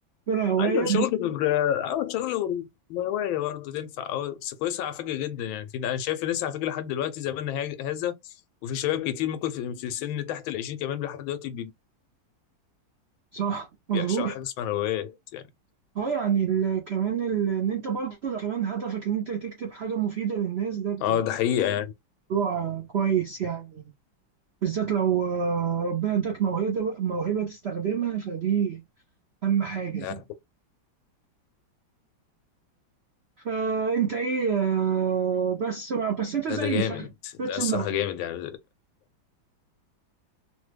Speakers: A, on the right; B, on the left.
A: اعتبرها هواية
B: ايوه شغل ببر... اه شغل وهوايه برضه تنفع اه بس كويسه على فكره جدا يعني في... انا شايف الناس على فكره لحد دلوقتي زماننا هاج- هذا وفي شباب كتير ممكن في, في سن تحت ال 20 كمان لحد دلوقتي بي-
A: صح مظبوط
B: بيعشقوا حاجه اسمها روايات يعني
A: اه يعني ال... كمان ال... ان انت برضه لو كمان هدفك ان انت تكتب حاجة مفيدة للناس ده بتبقى
B: اه ده حقيقه يعني
A: موضوع كويس يعني بالذات لو آه، ربنا اداك موهبة موهبة تستخدمها فدي اهم حاجة
B: لا
A: فانت ايه آه، بس بس انت
B: لا
A: زي
B: ده جامد
A: شغال بتش
B: لا الصراحه
A: الموهبة
B: جامد يعني